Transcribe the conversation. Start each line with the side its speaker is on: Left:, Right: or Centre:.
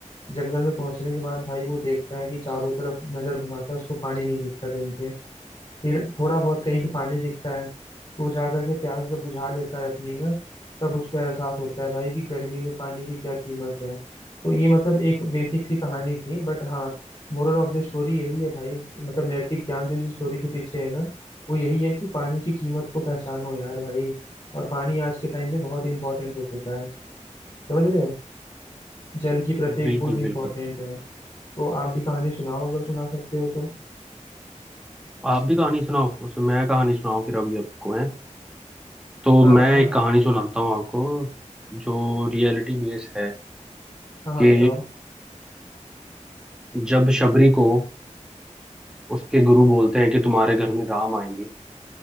Left: जंगल में पहुंचने के बाद भाई वो देखता है कि चारों तरफ नजर घुमाता है उसको पानी नहीं दिखता कहीं पे फिर थोड़ा बहुत कहीं पे पानी दिखता है तो वो जा करके प्यास जब बुझा लेता है अपनी ना तब उसको एहसास होता है भाई कि गर्मी में पानी की क्या कीमत है तो ये मतलब एक बेसिक सी कहानी थी बट हाँ मोरल ऑफ द स्टोरी यही है भाई इसकी- मतलब नैतिक ज्ञान जो इस स्टोरी के पीछे है ना वो यही है कि पानी की कीमत को पहचानो यार भाई और पानी आज के टाइम पे बहुत इंपॉर्टेंट हो चुका है समझ रहे हो जल की प्रत्येक
Centre: बिल्कुल
Left: बूंद इंपॉर्टेंट
Centre: बिल्कुल
Left: है तो आप भी कहानी सुनाओ अगर सुना सकते हो तो
Centre: आप भी कहानी सुनाओ अच्छा मैं कहानी सुनाऊं फिर अभी आपको है तो
Left: हाँ
Centre: मैं
Left: हाँ
Centre: एक कहानी सुनाता हूँ आपको जो रियलिटी बेस है
Left: हाँ हाँ
Centre: कि
Left: बताओ
Centre: जब शबरी को उसके गुरु बोलते हैं कि तुम्हारे घर में राम आएंगे